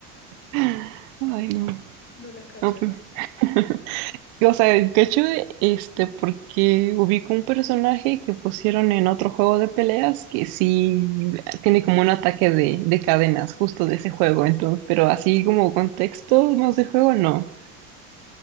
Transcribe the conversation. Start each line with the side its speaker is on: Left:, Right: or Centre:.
Right: Ay, no.
Left: No la cachas.
Right: No, pues. <laughs> O sea, de hecho este, porque ubico un personaje que pusieron en otro juego de peleas que sí tiene como un ataque de, de cadenas justo de ese juego, entonces, pero así como contexto más de juego, no.